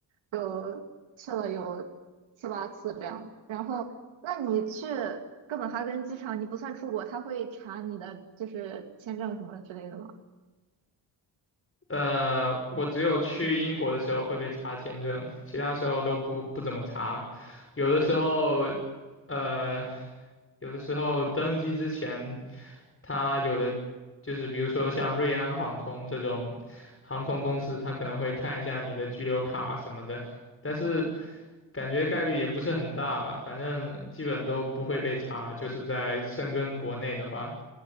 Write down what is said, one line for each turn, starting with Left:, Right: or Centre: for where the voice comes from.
Right: 有去了有七八次这样的然后，那你去哥本哈根机场，你不算出国，他会查你的就是签证什么之类的吗？
Left: 呃，我只有去英国的时候会被查签证，其他时候都不不怎么查。有的时候，呃，有的时候登机之前，他有的就是比如说像瑞安航空这种航空公司，他可能会看一下你的居留卡什么的。但是感觉概率也不是很大吧，反正基本都不会被查。就是在深根国内的话，